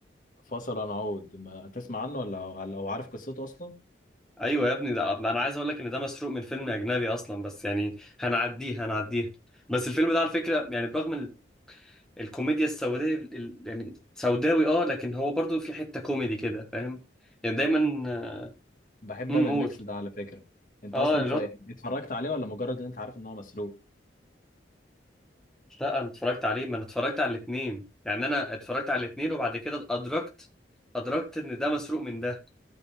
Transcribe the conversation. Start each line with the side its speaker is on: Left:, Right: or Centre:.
Left: فصل ونعود ما تسمع عنه ولا ولا- او عارف قصته اصلا
Centre: ايوه يا ابني ده انا عايز اقول لك ان ده مسروق من فيلم اجنبي اصلا بس يعني هنعديه هنعديه بس الفيلم ده على فكره يعني برغم ال... الكوميديا السوداء ال... يعني سوداوي اه لكن هو برضو في حته كوميدي كده فاهم يعني دايما آه،
Left: بحب
Centre: امم
Left: انا
Centre: قول
Left: الميكس ده على فكره انت
Centre: اه
Left: اصلا
Centre: اللي
Left: ف-
Centre: هو
Left: اتفرجت عليه ولا مجرد ان انت عارف ان هو مسروق
Centre: لا انا اتفرجت عليه ما انا اتفرجت على الاثنين يعني انا اتفرجت على الاثنين وبعد كده ادركت ادركت ان ده مسروق من ده